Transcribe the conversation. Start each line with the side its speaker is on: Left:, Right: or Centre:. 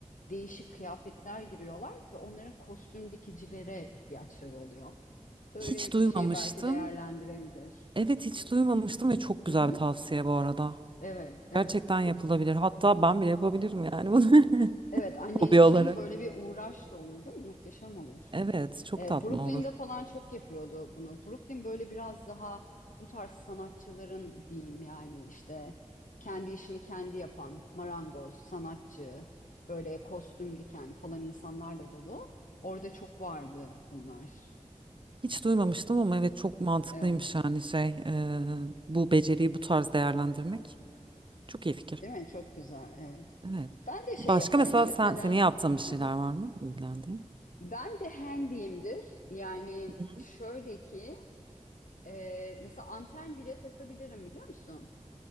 Left: değişik kıyafetler giriyorlar ve onların kostüm dikicilere ihtiyaçları oluyor. Böyle
Right: Hiç duymamıştım.
Left: bir şeyi belki değerlendirebilir.
Right: Evet hiç duymamıştım ve çok güzel
Left: Hı hı.
Right: bir tavsiye bu arada.
Left: Evet, evet.
Right: Gerçekten
Left: Çok
Right: yapılabilir. Hatta ben bile yapabilirim yani bunu
Left: evet
Right: <laughs>
Left: annen
Right: hobi
Left: için
Right: olarak.
Left: böyle bir uğraş da olur değil mi? Muhteşem olur.
Right: Evet, çok
Left: Ee,
Right: tatlı
Left: Brooklyn'de
Right: olur.
Left: falan çok yapıyordu bunu. Brooklyn böyle biraz daha bu tarz sanatçıların diyeyim yani işte kendi işini kendi yapan marangoz, sanatçı, böyle kostüm diken falan insanlarla dolu. Orada çok vardı bunlar.
Right: Hiç duymamıştım ama evet çok mantıklıymış
Left: Ee,
Right: yani şey e, bu beceriyi bu tarz değerlendirmek. Çok iyi fikir.
Left: Değil mi? Çok güzel. Evet.
Right: Evet.
Left: Ben de şey
Right: Başka
Left: yaparım
Right: mesela
Left: mesela.
Right: sen seni yaptığın bir şeyler
Left: Hı hı.
Right: var mı ilgilendiğin?
Left: Ben de handyimdir. Yani
Right: Hı.
Left: şöyle ki e, mesela anten bile takabilirim biliyor musun?